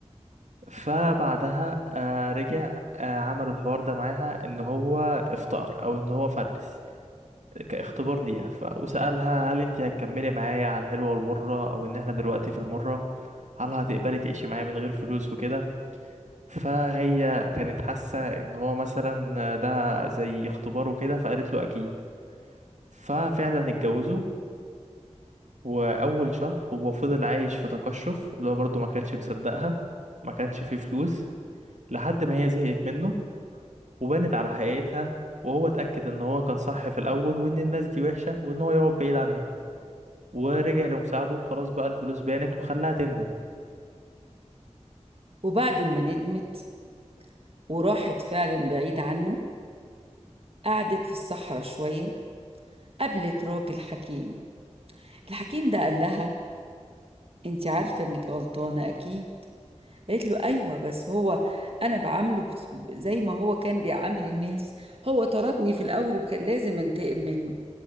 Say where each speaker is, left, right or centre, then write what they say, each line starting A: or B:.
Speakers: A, on the right; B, on the right.
A: فبعدها آه رجع آه عمل الحوار ده معاها ان هو افتقر او ان هو فلس كاختبار ليها ف... وسألها هل انت هتكملي معايا على الحلوة والمرة او ان احنا دلوقتي في المرة هل هتقبلي تعيشي معايا من غير فلوس وكده فهي كانت حاسة ان هو مثلا ده زي اختبار وكده فقالت له اكيد ففعلا اتجوزوا واول شهر هو فضل عايش في تقشف اللي هو برضه ما كانش مصدقها ما كانش فيه فلوس لحد ما هي زهقت منه وبانت على حقيقتها وهو اتأكد ان هو كان صح في الاول وان الناس دي وحشة وان هو يقعد بعيد عنه ورجع لمساعده وخلاص بقى الفلوس بانت وخلاها تندم
B: وبعد ما ندمت وراحت فعلا بعيد عنه قعدت في الصحراء شوية قابلت راجل حكيم الحكيم ده قال لها انت عارفة انك غلطانة اكيد قالت له ايوه بس هو انا بعامله بس- زي ما هو كان بيعامل الناس هو طردني في الاول وكان لازم انتقم منه